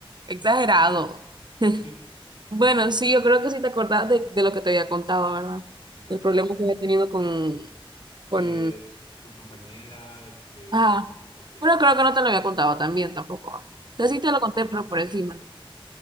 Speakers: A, on the right (about 50°); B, on the left (about 85°).
A: Exagerado.
B: <laughs>
A: <laughs>
B: Un
A: Bueno,
B: poco.
A: sí, yo creo que sí te acordás de, de lo que te había contado, ¿verdad?
B: Bueno,
A: El problema
B: a ver,
A: que
B: es
A: había tenido con,
B: de
A: con...
B: tu compañera, del- de,
A: Ah,
B: de la clase. Ok,
A: bueno,
B: sí,
A: creo
B: sí.
A: que no te lo había contado también tampoco. ¿ah?
B: Sí,
A: O sea, sí te
B: pero
A: lo conté,
B: bueno, más
A: pero
B: o menos
A: por encima.
B: me acuerdo.